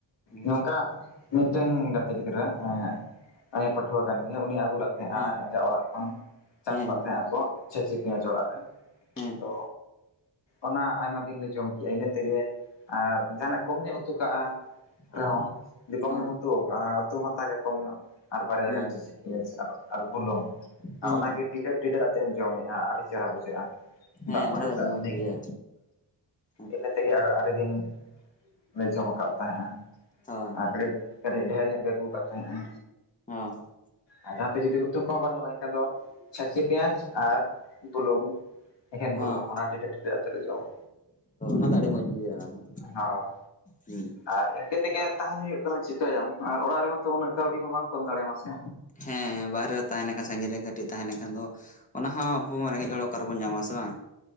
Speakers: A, on the left; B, on the left.
A: ᱱᱚᱝᱠᱟ
B: ᱟᱪᱪᱷᱟ
A: ᱢᱤᱫᱴᱮᱱ ᱜᱟᱛᱮ ᱜᱤᱫᱽᱨᱟᱹ ᱟᱭᱤᱡ ᱯᱟᱹᱴᱷᱩᱣᱟᱹ ᱠᱟᱱ ᱜᱮᱭᱟ ᱩᱱᱤ ᱟᱹᱜᱩ ᱞᱟᱜ ᱛᱟᱦᱮᱫ
B: ᱦᱮᱸ
A: ᱟ ᱟᱡᱟᱜ ᱚᱲᱟᱜ ᱠᱷᱚᱱ ᱪᱟᱥ
B: ᱦᱮᱸ
A: ᱞᱟᱫ
B: ᱦᱮᱸ
A: ᱛᱟᱦᱮᱸᱫ ᱟᱠᱚ ᱪᱷᱟᱹᱪ ᱯᱮᱸᱭᱟᱡᱽ ᱚᱲᱟᱜ ᱨᱮ
B: ᱦᱮᱸ
A: ᱛᱚ ᱚᱱᱟ ᱟᱭᱢᱟ ᱫᱤᱱ ᱞᱮ ᱡᱚᱢ ᱠᱮᱜᱼᱟ ᱤᱱᱟᱹ ᱛᱮᱜᱮ ᱟᱨ ᱡᱟᱦᱟᱱᱟᱜ ᱠᱚᱢ ᱧᱚᱜ ᱩᱛᱩ ᱠᱟᱜᱼᱟ
B: ᱦᱚᱸ
A: ᱨᱮᱦᱚᱸ ᱡᱩᱫ ᱠᱚᱢ
B: ᱦᱚᱸ
A: ᱧᱚᱜ ᱩᱛᱩ ᱠᱟᱜᱼᱟ ᱚᱱᱟ ᱩᱛᱩ ᱢᱟᱛᱟ ᱜᱮ ᱠᱚᱢ ᱧᱚᱜ ᱟᱨ ᱵᱟᱨᱭᱟ
B: ᱦᱩᱸ
A: ᱜᱟᱱ ᱪᱷᱟᱪᱤ ᱯᱮᱭᱟᱪ ᱟᱨ ᱟᱨ ᱵᱩᱞᱩᱝ
B: ᱦᱩᱸ
A: ᱟ ᱚᱱᱟᱜᱮ ᱴᱤᱰᱟᱹᱜ ᱴᱤᱰᱟᱹᱜ ᱟᱛᱮᱢ ᱡᱚᱢᱮᱜᱼᱟ ᱟᱹᱰᱤ ᱪᱮᱦᱨᱟ ᱵᱩᱡᱷᱟᱹᱜᱼᱟ
B: ᱦᱮᱸ
A: ᱫᱟᱜᱢᱟᱹᱲᱤ
B: ᱚᱱᱟ ᱫᱚ ᱟᱹᱰᱤ
A: ᱫᱟᱜ
B: ᱢᱚᱸᱡᱽ
A: ᱤᱱᱟᱹ
B: ᱵᱩᱡᱷᱟᱹᱜᱼᱟ ᱦᱳᱭ
A: ᱤᱱᱟᱹ ᱛᱮᱜᱮ ᱟᱨ ᱟᱹᱰᱤ ᱫᱤᱱ ᱞᱮ ᱡᱚᱢ ᱠᱟᱫ ᱛᱟᱦᱮᱸᱜᱟ
B: ᱦᱚᱸ
A: ᱟᱨ ᱠᱟᱹᱴ ᱠᱟᱹᱴᱤᱡ ᱰᱷᱮᱮᱨ ᱧᱚᱜ ᱜᱮ ᱟᱹᱜᱩ ᱠᱟᱫ ᱛᱟᱦᱮᱸᱜ ᱟ
B: ᱚ
A: ᱟᱨ ᱡᱟᱦᱟᱸᱛᱮ ᱡᱩᱫᱤ ᱩᱛᱩ ᱠᱚᱦᱚᱸ ᱵᱟᱹᱱᱩᱜᱼᱟ ᱮᱱᱠᱷᱟᱱ ᱫᱚ ᱪᱷᱟᱹᱪᱤ ᱯᱮᱸᱭᱟᱡ ᱟᱨ ᱵᱩᱞᱩᱝ ᱮᱠᱷᱮᱱ
B: ᱦᱚᱸ
A: ᱵᱩᱞᱩᱝ ᱚᱱᱟ ᱴᱤᱰᱟᱹᱜ ᱴᱤᱰᱟᱹᱜ ᱟᱛᱮ ᱞᱮ ᱡᱚᱢᱟ
B: ᱚᱱᱟ ᱫᱚ ᱟᱹᱰᱤ ᱢᱚᱸᱡᱽ ᱵᱩᱡᱷᱟᱹᱜᱼᱟ ᱚᱱᱟ ᱫᱚ
A: ᱦᱳᱭ
B: ᱦᱩᱸ
A: ᱟᱨ ᱤᱱᱠᱟᱹ ᱛᱮᱜᱮ ᱛᱟᱦᱮᱱ ᱦᱩᱭᱩᱜ ᱠᱟᱱᱟ ᱪᱤᱠᱟᱹᱭᱟᱢ ᱟᱨ ᱚᱲᱟᱜ ᱨᱮᱢᱟ ᱛᱚ ᱩᱱᱟᱹᱜ ᱠᱟᱹᱣᱰᱤ ᱢᱟ ᱵᱟᱝ ᱠᱚ ᱮᱢ ᱫᱟᱲᱮ ᱟᱢᱟ ᱥᱮ
B: ᱦᱮᱸ ᱵᱟᱦᱨᱮ ᱛᱟᱦᱮᱸᱱᱠᱷᱟᱱ ᱥᱟᱺᱜᱤᱧ ᱨᱮ ᱠᱟᱹᱴᱤᱡ ᱛᱟᱦᱮᱸ ᱞᱮᱱᱠᱷᱟᱱ ᱫᱚ ᱚᱱᱟ ᱦᱚᱸ ᱟᱵᱚ ᱢᱟ ᱨᱮᱸᱜᱮᱡ ᱦᱚᱲ ᱚᱠᱟᱨᱮᱵᱚᱱ ᱧᱟᱢᱟ ᱥᱮ ᱵᱟᱝ